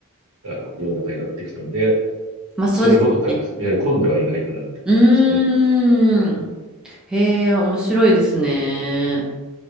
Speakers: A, on the right; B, in the centre.
A: あの世の中になってきたので、
B: まあそうですね。
A: それほどたく、えー混んではいないかなって感じですね。
B: うーん。へえ、面白いですね。